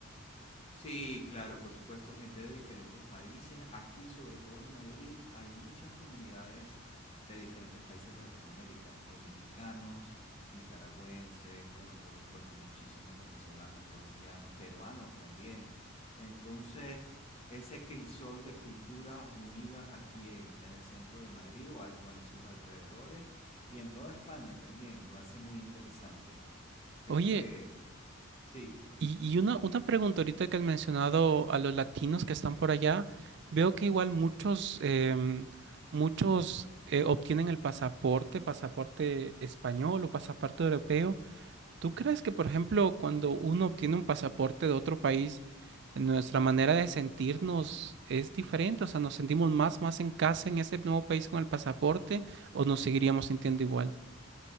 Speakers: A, on the left; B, on the right.
A: Sí, claro, por supuesto, gente de diferentes países. Aquí, sobre todo en Madrid, hay muchas comunidades de diferentes países de Latinoamérica, dominicanos, nicaragüenses, bueno, por supuesto, muchísimos venezolanos, colombianos, peruanos también. Entonces, ese crisol de culturas unidas aquí en, en el centro de Madrid o, al- o en sus alrededores y en toda España también lo hace muy interesante. Creo
B: Oye,
A: que sí,
B: y, y una, una pregunta ahorita que has mencionado a los latinos que están por allá, veo que igual muchos, em, muchos eh, obtienen el pasaporte, pasaporte español o pasaporte europeo. ¿Tú crees que, por ejemplo, cuando uno obtiene un pasaporte de otro país, nuestra manera de sentirnos es diferente? O sea, ¿nos sentimos más, más en casa en ese nuevo país con el pasaporte o nos seguiríamos sintiendo igual?